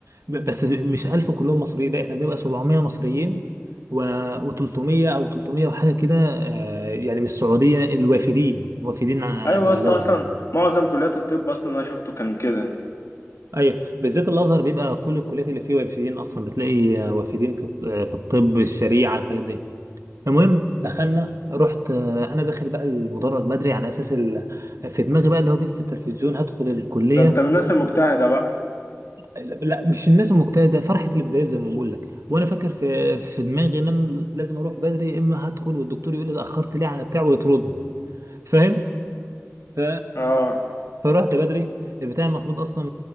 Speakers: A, on the right (about 75°); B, on the left (about 65°).
A: ب- بس مش 1000 كلهم مصريين لا احنا بنبقى 700 مصريين و و300 او 300 وحاجه كده آه، يعني من السعوديه الوافدين وافدين على
B: أيوة يا اسطى
A: الازهر
B: أصلا
A: يعني
B: معظم كليات الطب أصلا اللي أنا شفته كان كده
A: ايوه بالذات الازهر بيبقى كل الكليات اللي فيه وافدين اصلا بتلاقي آه، وافدين في الط- آه، في الطب الشريعه الحاجات دي المهم دخلنا رحت آه، انا داخل بقى المدرج بدري على اساس ال... في دماغي بقى اللي هو بيجي في التلفزيون هدخل الكليه
B: ده أنت من الناس المجتهدة بقى
A: لا مش الناس المجتهده فرحه البدايات زي ما بقول لك وانا فاكر في في دماغي ان انا لازم اروح بدري اما هدخل والدكتور يقول لي اتاخرت ليه على بتاع ويطردني فاهم ف...
B: آه
A: فرحت بدري البتاع المفروض اصلا